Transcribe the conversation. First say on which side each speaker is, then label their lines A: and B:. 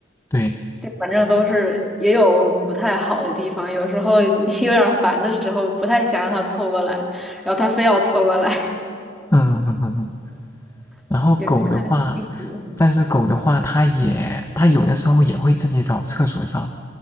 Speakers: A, on the left; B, in the centre.
A: 对，
B: 就反正都是也有不太好的地方，有时候你 <laughs> 有点烦的时候，不太想让它凑过来，然后它非要凑过来，
A: 嗯嗯嗯嗯嗯。嗯嗯
B: <laughs>
A: 然后狗的话，
B: 也是看性格。
A: 但是狗的话，它也它有的时候也会自己找厕所上，